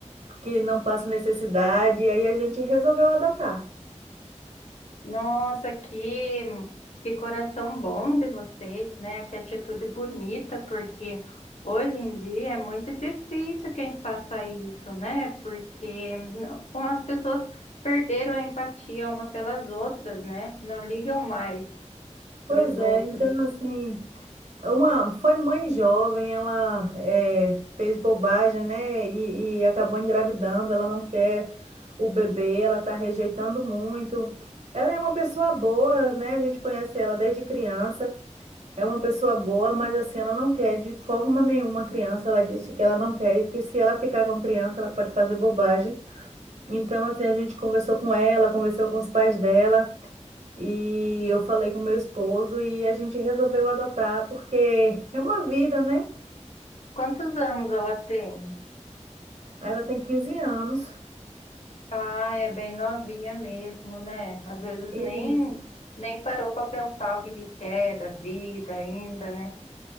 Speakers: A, on the right; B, on the left.
A: que não passe necessidade. E aí a gente resolveu adotar.
B: Nossa, que, que coração bom de vocês, né? Que atitude bonita, porque hoje em dia é muito difícil quem faça isso, né? Porque não- as pessoas perderam a empatia uma pelas outras, né? Não ligam mais
A: Pois
B: para os outros.
A: é, então assim. Uma, foi mãe jovem, ela é, fez bobagem, né? E, e acabou engravidando. Ela não quer o bebê, ela está rejeitando muito. Ela é uma pessoa boa, né? A gente conhece ela desde criança. É uma pessoa boa, mas assim, ela não quer de forma nenhuma a criança. Ela disse que ela não quer e que se ela ficar com a criança, ela pode fazer bobagem. Então, assim, a gente conversou com ela, conversou com os pais dela. E eu falei com meu esposo e a gente resolveu adotar, porque é uma vida, né?
B: Quantos anos ela tem?
A: Ela tem 15 anos.
B: Ah, é bem novinha mesmo, né? Às vezes
A: E,
B: nem, nem parou para pensar o que que quer da vida ainda, né?